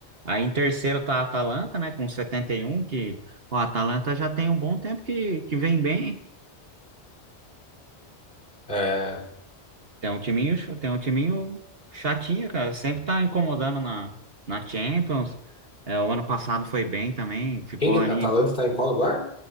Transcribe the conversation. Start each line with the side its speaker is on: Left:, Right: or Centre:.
Right: Aí em terceiro tá a Atalanta, né, com setenta e um que o Atalanta já tem um bom tempo que, que vem bem.
Left: É,
Right: Tem um timinho, ch- tem um timinho chatinho, cara, sempre tá incomodando na, na Champions. É, o ano passado foi bem também, ficou
Left: quem, que- a
Right: ali,
Left: Atalanta tá em qual lugar?